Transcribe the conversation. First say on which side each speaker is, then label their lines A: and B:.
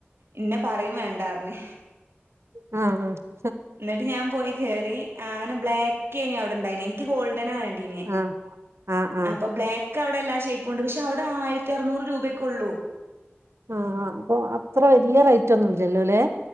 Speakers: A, on the right; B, on the right.
A: ഇന്നെ പറിമ് വെണ്ടാർഞ്
B: ആ ആ
A: എന്നിട്ട് ഞാൻ പോയി കേറി അങ്ങനെ ബ്ലാക്കനി അവിടെണ്ടായി എനിക്ക്ഗോൾഡ് നെ വേണ്ടീന്
B: ആഹ് ആഹ് ആഹ്
A: അപ്പൊ ബ്ലാക്ക് അവടെ എല്ലാ ഷെയപ്പും ഉണ്ട് പക്ഷ് അവിടെ ആയിരത്തി അറനൂറ് രൂപയ്ക്കുള്ളൂ
B: ആഹ അപ്പൊ അത്ര വലിയ റേറ്റ് ഒന്നുംല്ലല്ലോ ല്ലെ